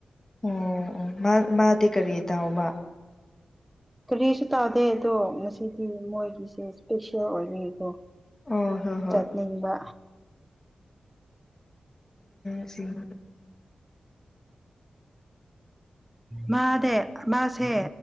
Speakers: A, on the left (about 20°); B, in the centre.
A: ꯑꯣ ꯑꯣ ꯃꯥ ꯃꯥꯗꯤ ꯀꯔꯤ ꯇꯥꯎꯕ
B: ꯀꯔꯤꯁꯨ ꯇꯥꯗꯦ ꯑꯗꯣ ꯉꯁꯤꯗꯤ ꯃꯣꯏꯒꯤꯁꯦ ꯏꯁꯄꯤꯁꯤꯌꯦꯜ ꯑꯣꯏꯕꯒꯤꯀꯣ
A: ꯑꯣ ꯍꯣꯏ ꯍꯣꯏ
B: ꯆꯠꯅꯤꯡꯕ
A: ꯁꯤꯡ
B: ꯃꯥꯗꯦ ꯃꯥꯁꯦ